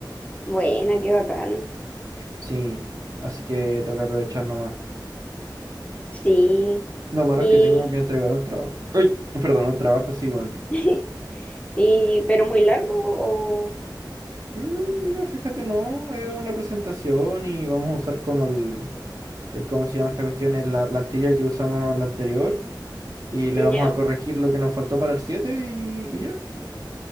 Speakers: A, on the left (about 15°); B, on the right (about 45°).
A: Buena, qué bacán.
B: Sí, así que toca aprovechar nomás.
A: Sí.
B: Lo malo
A: ¿Y,
B: es que tengo que entregar un trabajo. Uy, perdón, un trabajo, sí, weón.
A: <laughs> y pero muy largo o
B: Mm, mira, fíjate, no, es una presentación y vamos a usar como el, el, ¿cómo se llama esta cuestión? Es la plantilla que usamos la anterior. Y le
A: ya?
B: vamos a corregir lo que nos faltó para el 7 y, y ya.